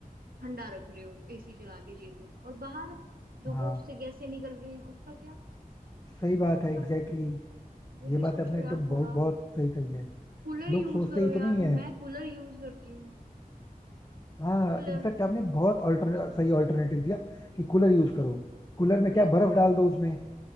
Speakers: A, on the right (about 80°); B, on the left (about 25°).
A: ठंडा रख रहे हो एसी चला के चीजें और बाहर जो वो
B: हाँ
A: उससे गैसें निकल रही हैं उसका क्या
B: सही बात है
A: मतलब
B: एग्जैक्टली
A: वो
B: ये
A: भी
B: बात
A: सोचो
B: आपने
A: यार
B: एकदम बहुत
A: थोड़ा
B: बहुत सही कही है
A: कूलर
B: लोग
A: यूज
B: सोचते
A: करो
B: ही तो
A: यार
B: नहीं है
A: मैं कूलर यूज करती हूँ
B: हाँ
A: कूलर
B: इनफैक्ट आपने बहुत अल्टर सही ऑल्टरनेटिव दिया कि कूलर यूज करो कूलर में
A: वही
B: क्या बर्फ
A: ना
B: डाल दो उसमें